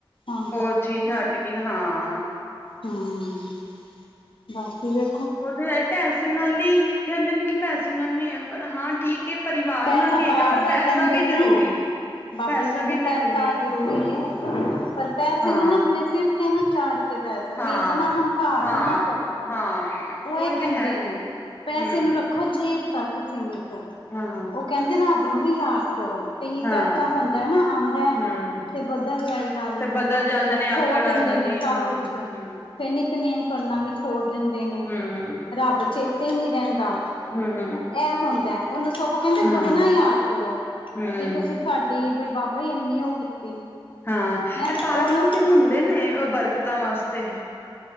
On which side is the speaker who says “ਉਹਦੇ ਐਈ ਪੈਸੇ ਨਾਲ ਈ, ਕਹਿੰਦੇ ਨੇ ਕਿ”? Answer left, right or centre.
Left